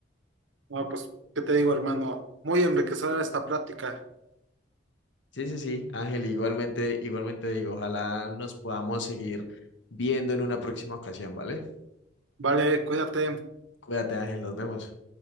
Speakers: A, on the right (about 75°); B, on the left (about 70°).
A: No, pues, ¿qué te digo, hermano? Muy enriquecedora esta práctica.
B: Sí, sí, sí, Ángel, igualmente, igualmente digo, ojalá nos podamos seguir viendo en una próxima ocasión, ¿vale?
A: Vale, cuídate.
B: Cuídate, Ángel, nos vemos.